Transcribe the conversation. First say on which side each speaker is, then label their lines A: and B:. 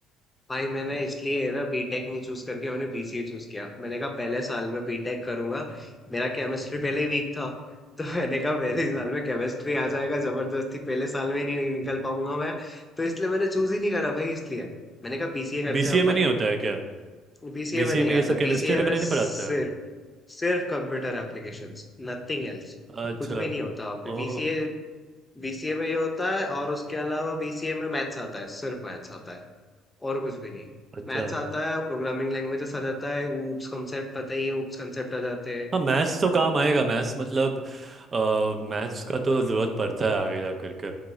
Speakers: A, on the left (about 15°); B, on the right (about 35°).
A: भाई मैंने इसलिए ना बीटेक नहीं चूज करके मैंने बीसीए चूज किया मैंने कहा पहले साल में बीटेक करूंगा मेरा केमिस्ट्री पहले ही वीक था तो <laughs> मैंने कहा पहले
B: हैं
A: ही साल में केमिस्ट्री आ जाएगा जबरदस्ती पहले साल में ही नहीं निकल पाऊंगा मैं तो इसलिए मैंने चूज ही नहीं करा भाई इसलिए मैंने कहा बीसीए करते
B: बीसीए
A: हैं अपन
B: <laughs> में नहीं होता है
A: बीसीए
B: बीसीए
A: में नहीं
B: में ये
A: आता
B: सब केमिस्ट्री
A: बीसीए
B: वगैरह
A: में सिर्फ
B: नहीं पढ़ाता है
A: सिर्फ कंप्यूटर एप्लीकेशंस नथिंग एल्स
B: अच्छा
A: कुछ भी नहीं होता वहाँ पे
B: ओ
A: बीसीए बीसीए में ये होता है और उसके अलावा बीसीए में मैथ्स आता है सिर्फ मैथ्स आता है और कुछ भी नहीं
B: अच्छा
A: मैथ्स आता है प्रोग्रामिंग लैंग्वेजेस आ जाता है ऊप्स कंसेप्ट पता ही है ऊप्स कंसेप्ट आ जाते हैं
B: हाँ मैथ्स तो काम आएगा मैथ्स मतलब मैथ्स का तो ज़रूरत पड़ता है आगे जा कर के